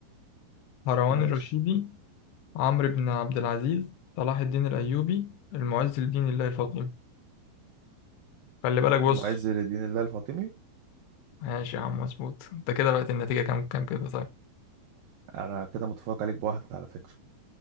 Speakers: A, on the left (about 70°); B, on the right (about 70°).
A: هروان
B: ماشي
A: الرشيدي عمرو بن عبد العزيز صلاح الدين الأيوبي المعز لدين الله الفاطمي خلي بالك بص
B: المعز لدين الله الفاطمي
A: ماشي يا عم مظبوط انت كده بقت النتيجة كام كام كده طيب
B: أنا كده متفوق عليك بواحدة على فكرة